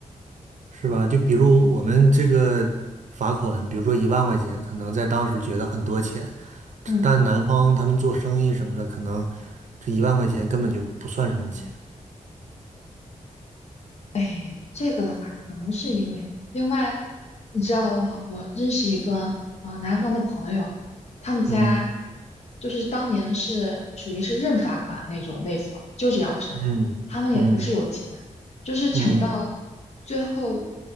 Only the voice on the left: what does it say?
嗯，
嗯。
哎，这个的话可能是一个原因。另外，你知道吗？我认识一个呃南方的朋友，他们家
就是当年是属于是认罚款那种类型，就是要生。
他们也不是有钱，就是穷到最后，